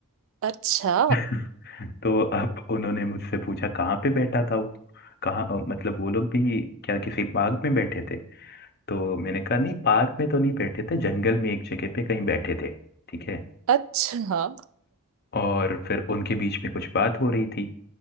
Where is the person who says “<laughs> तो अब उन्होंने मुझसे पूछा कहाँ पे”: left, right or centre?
Left